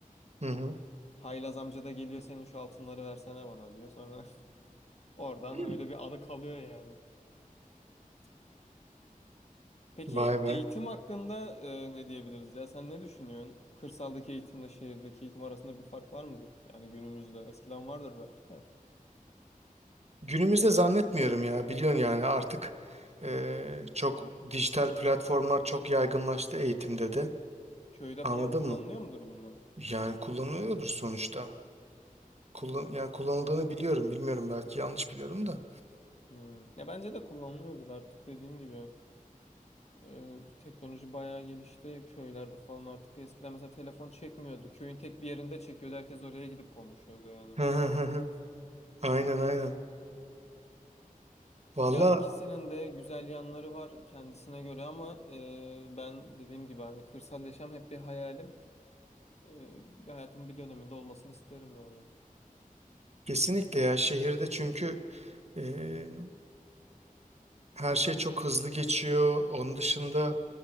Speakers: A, on the right; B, on the left.
A: Hı hı.
B: Haylaz amca da geliyor senin şu altınları versene bana diyor. Sonra <laughs> oradan
A: <laughs>
B: öyle bir anı kalıyor yani. Peki
A: Vay be.
B: eğitim hakkında e, ne diyebiliriz ya? Sen ne düşünüyorsun? Kırsaldaki eğitimle şehirdeki eğitim arasında bir fark var mıdır? Yani günümüzde eskiden vardır belki de.
A: Günümüzde zannetmiyorum ya biliyorsun yani artık eee, çok dijital platformlar çok yaygınlaştı eğitimde de
B: Köyde
A: anladın
B: falan kullanılıyor
A: mı?
B: mudur bunlar?
A: Yani kullanılıyordur sonuçta. Kullan yani kullanıldığını biliyorum bilmiyorum belki yanlış biliyorum da.
B: Hmm. Ya bence de kullanılıyordur artık dediğim gibi. E, teknoloji bayağı gelişti. Köylerde falan artık eskiden mesela telefon çekmiyordu. Köyün tek bir yerinde çekiyordu. Herkes oraya gidip konuşuyordu yani.
A: Hı hı hı hı. Aynen aynen. Valla
B: Ya ikisinin de güzel yanları var kendisine göre ama e, ben dediğim gibi hani kırsal yaşam hep bir hayalim. e, bir hayatımın bir döneminde olmasını isterim yani.
A: kesinlikle ya şehirde çünkü eee, her şey çok hızlı geçiyor. Onun dışında